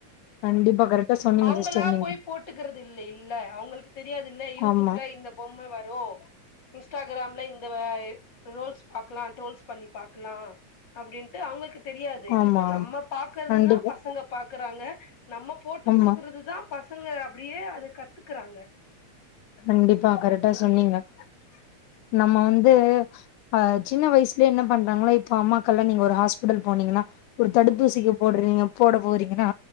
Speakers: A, on the left; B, on the left.
A: கண்டிப்பா கரெக்டா சொன்னீங்க
B: அவங்களா
A: சிஸ்டர் நீங்க
B: போய் போட்டுக்கிறது இல்லை இல்ல அவங்களுக்கு தெரியாது இல்ல யூடியூப்ல
A: ஆமா
B: இந்த பொம்மை வ
A: <inaudible>
B: இன்ஸ்டாகிராம்ல இந்த ரோல்ஸ் பாக்கலாம் ட்ரோல்ஸ் பண்ணி பாக்கலா அப்படின்ட்டு அவங்களுக்கு தெரியாது
A: ஆமா
B: நம்ம
A: ஆமா
B: பாக்கறது
A: கண்டிப்பா
B: தா பசங்க பாக்குறாங்க நம்ம போட்டு
A: ஆமா
B: கொடுக்கறது தா பசங்க அப்டியே அது கத்துக்குறாங்க
A: கண்டிப்பா கரெக்டா சொன்னீங்க <inaudible> நம்ம வந்து அ சின்ன வயசுலயே என்ன பண்றாங்களோ இப்ப அம்மாக்கல்லா நீங்க ஒரு ஹாஸ்பிடல் போனீங்கன்னா ஒரு தடுப்பூசிக்கு போட்றிங்க போட போறீங்கன்னா